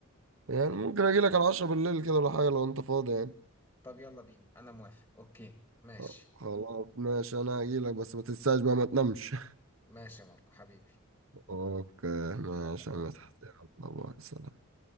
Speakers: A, on the right; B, on the left.
A: يعني ممكن اجي لك على 10 بالليل كده ولا حاجه لو انت فاضي يعني
B: طب يلا بينا انا موافق اوكي ماشي
A: طب خلاص ماشي انا هجي لك بس ما تنساش بقى ما تنامش
B: ماشي يا ماركو حبيبي
A: <laughs> اوكي ماشي
B: الله
A: يا
B: يبارك.
A: مدحت يلا باي سلام